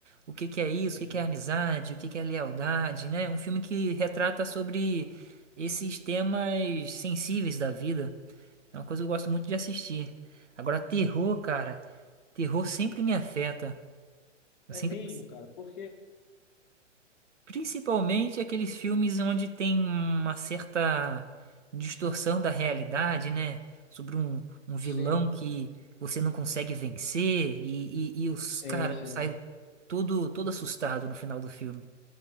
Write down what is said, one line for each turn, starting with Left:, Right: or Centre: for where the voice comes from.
Right: o que que é isso,
Left: sim,
Right: o que que é a amizade, o que que é a lealdade, né, um filme que retrata sobre esses temas sensíveis da vida, é uma coisa que eu gosto muito de assistir. Agora, terror, cara... Terror sempre me afeta. Eu
Left: é
Right: sempre,
Left: mesmo, cara, porque
Right: principalmente aqueles filmes onde tem uma certa distorção da realidade, né? Sobre um, um vilão
Left: sim,
Right: que você não consegue vencer e, e, e os
Left: sim,
Right: cara
Left: sim.
Right: saem todo todo assustado no final do filme.